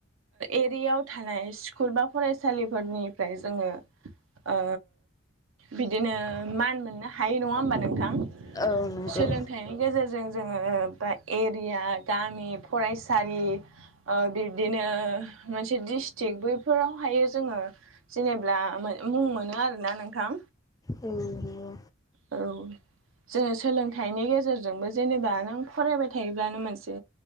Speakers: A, on the right (about 80°); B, on the left (about 20°).
A: एरियाव थानाय स्कुल बा फरायसालिफोरनिफ्राय जोङो ओ बिदिनो मान मोननो हायो नङा होमबा नोंथां
B: औ नंगौ
A: सोलोंथाइनि
B: औ
A: गेजेरजों जोङो बा एरिया गामि फरायस सालि ओ बिबदिनो मोनसे डिस्ट्रिक्ट बैफोराव हायो जोङो जेनेब्ला मो मुं मोनो आरोना नोंथां
B: नंगौ
A: औ जोङो सोलोंथाइनि गेजेरजोंबो जेनेबा नों फरायबाय थायोब्लानो मोनसे